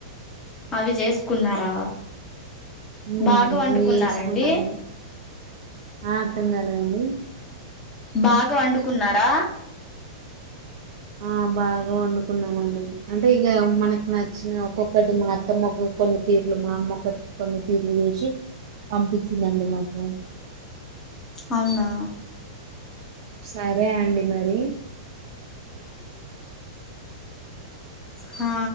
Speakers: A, on the left; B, on the right.
A: అవి చేసుకున్నారా
B: ఉ
A: బాగా వండుకున్నారండి
B: మరి చేస్తున్నాను ఆ అర్థం కాలేదండి
A: బాగా వండుకున్నారా
B: ఆ బాగా వండుకున్నామండి అంటే ఇక మనకి నచ్చిన ఒక్కొక్కటి మా అత్తమ్మ కొన్ని తీర్లు మా అమ్మటి కొన్ని తీర్లు చేసి పంపించిందండి మాకు
A: అవునా
B: సరే అండి మరి
A: హా